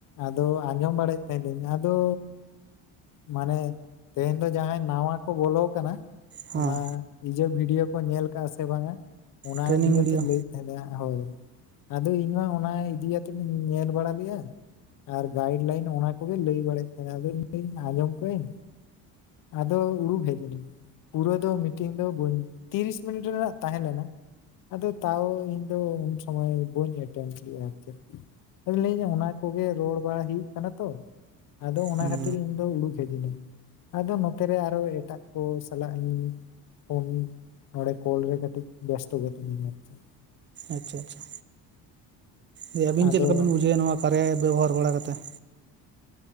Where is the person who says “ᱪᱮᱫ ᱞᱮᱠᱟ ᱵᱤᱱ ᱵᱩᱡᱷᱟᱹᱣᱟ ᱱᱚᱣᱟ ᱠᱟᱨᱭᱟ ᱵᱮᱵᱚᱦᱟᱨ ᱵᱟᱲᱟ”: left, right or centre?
Right